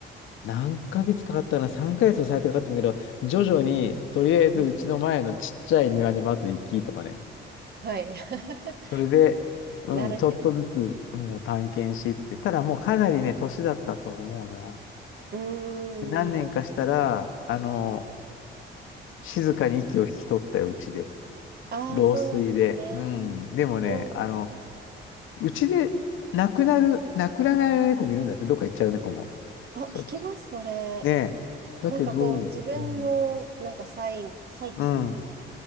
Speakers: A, on the left (about 85°); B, on the right (about 55°).
A: 何ヶ月かかったかな、3ヶ月も最低かかったんだけど、徐々に、とりあえずうちの前のちっちゃい庭にまず行きとかね。
B: うんはい。<laughs>
A: それで、うん、
B: 慣れて。
A: ちょっとずつ、もう探検し、つって。ただもうかなりね、年だったと思うな。
B: うーん。
A: で何年かしたら、あの、静かに息を引き取ったよ、うちで。
B: ああ、
A: 老衰で。
B: そうなんですね。
A: うん。でもね、
B: う
A: あの、
B: ん。
A: うちで亡くなる、亡くならない猫もいるんだって、どっか行っちゃう猫も。
B: あ、
A: そういう時。
B: 聞きます、それ。
A: ねえ。だけど、
B: なんかこう自分のなんか再、
A: うん。
B: 再起
A: うん。